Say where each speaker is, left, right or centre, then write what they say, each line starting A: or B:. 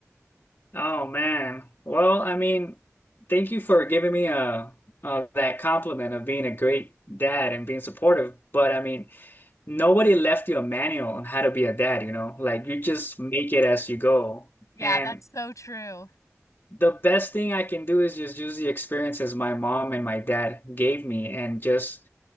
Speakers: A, on the left (about 45°); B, on the left (about 85°).
A: Oh man. Well, I mean, thank you for giving me uh, uh that compliment of being a great dad and being supportive. But I mean, nobody left you a manual on how to be a dad, you know? Like you just make it as you go.
B: Yeah,
A: And
B: that's so true.
A: the best thing I can do is just use the experiences my mom and my dad gave me and just